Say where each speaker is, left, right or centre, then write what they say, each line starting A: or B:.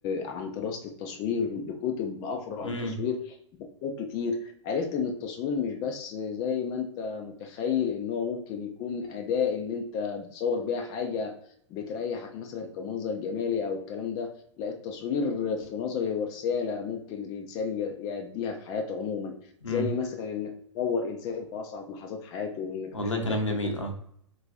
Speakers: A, on the left; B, on the left.
A: عن دراسه التصوير بكتب افرع
B: امم
A: التصوير بكتب كتير عرفت ان التصوير مش بس زي ما انت متخيل ان هو ممكن يكون اداه ان انت بتصور بيها حاجه بتريحك مثلا كمنظر جمالي او الكلام ده لا التصوير في نظري هو رساله ممكن الانسان يأديها في حياته عموما زي
B: امم
A: مثلا انك تصور انسان في اصعب لحظات حياته وانك
B: والله
A: تشوف
B: كلام
A: ضحكته
B: جميل اه